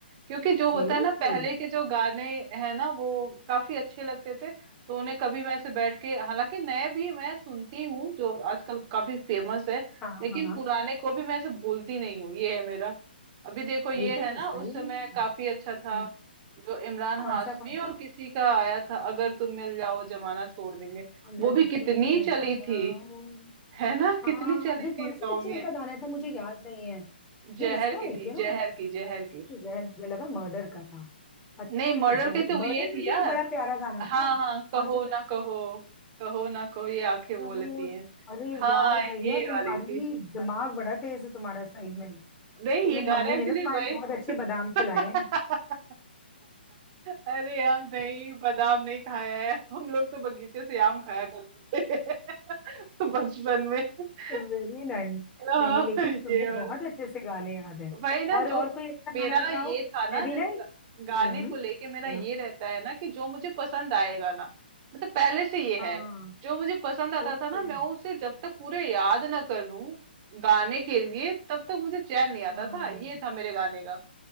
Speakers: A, on the right; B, on the left.
A: क्योंकि जो होता
B: सीरियसली
A: है ना पहले के जो गाने हैं ना वो काफी अच्छे लगते थे तो उन्हें कभी मैं ऐसे बैठ के हालांकि नए भी मैं सुनती हूँ जो आजकल काफी फेमस है
B: हाँ
A: लेकिन
B: हाँ
A: पुराने को भी मैं ऐसे भूलती नहीं हूँ ये है मेरा अभी देखो ये
B: ये तो, तो
A: है ना
B: सही
A: उस समय
B: में
A: काफी अच्छा था
B: हम्म,
A: जो इमरान
B: कौन
A: हाशमी
B: सा कौन
A: और
B: सा
A: किसी का आया था अगर तुम मिल जाओ जमाना छोड़ देंगे
B: अगर
A: वो भी कितनी
B: तुम मिल
A: चली
B: जाओ
A: थी है ना कितनी
B: हाँ
A: चली
B: ये कौन
A: थी सॉन्ग
B: सी पिक्चर
A: ये
B: का गाना था मुझे याद नहीं है ये
A: जहर
B: उसका
A: की
B: है
A: थी
B: क्या
A: जहर की जहर की
B: जहर मुझे लगा मर्डर का था अच्छा
A: नहीं मर्डर
B: जहर
A: की तो वो
B: मर्डर
A: ये
B: में
A: थी
B: भी
A: यार
B: एक बड़ा प्यारा गाना था
A: हाँ हाँ कहो
B: कौन सा गाना
A: ना कहो कहो ना कहो ये आंखें बोलती
B: था वो?
A: हैं
B: अरे
A: हाँ
B: यार भैया
A: ये
B: तुम्हारी
A: वाली थी
B: दिमाग बड़ा तेज है तुम्हारा साइड में तुम्हें
A: नहीं ये गाना
B: मम्मी
A: एक्चुअली
B: ने ना तुम्हारे
A: वही
B: लिए बहुत अच्छे बादाम खिलाए
A: <laughs>
B: हैं
A: अरे यार नहीं बादाम नहीं खाया है हम लोग तो बगीचे से आम खाया करते थे <laughs> बचपन में <laughs>
B: Very nice <laughs>
A: आह,
B: नहीं लेकिन तुम्हें
A: ये वाला
B: बहुत अच्छे से गाने याद हैं
A: वही ना
B: और
A: जो
B: और कोई अच्छा
A: मेरा
B: गाना बताओ
A: ये था ना
B: मैं भी
A: देखो
B: नहीं
A: गा- गाने
B: हम्म
A: को लेके मेरा
B: हम्म,
A: ये रहता है ना कि जो मुझे पसंद आएगा ना मतलब पहले से ये
B: हाँ
A: है जो मुझे पसंद आता
B: ओके
A: था ना मैं उसे जब तक पूरे याद ना कर लूं गाने के लिए तब तक मुझे चैन नहीं आता
B: हाँ
A: था ये था मेरे गाने का